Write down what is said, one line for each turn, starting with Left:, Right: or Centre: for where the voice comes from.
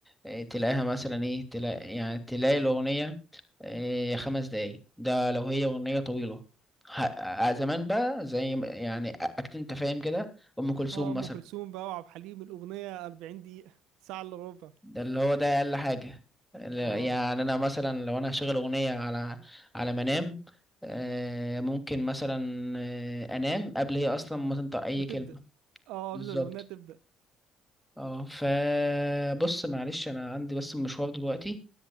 Centre: آه تلاقيها مثلا ايه تلاقي يعني تلاقي الاغنيه آه خمس دقايق ده لو هي اغنيه طويله ه- آه، زمان بقى زي ما- يعني اكيد انت فاهم كده ام كلثوم
Right: اه ام
Centre: مثلا
Right: كلثوم بقى وعبد الحليم الاغنيه 40 دقيقه ساعه الا ربع
Centre: ده اللي هو ده اقل حاجه لا-
Right: اه
Centre: يعني انا مثلا لو انا هشغل اغنيه على على منام آه ممكن مثلا آه انام قبل هي اصلا ما تنطق اي
Right: ما تبدا
Centre: كلمه
Right: اه
Centre: بالظبط
Right: قبل ما الاغنيه تبدا
Centre: اه فبص معلش انا عندي بس مشوار دلوقتي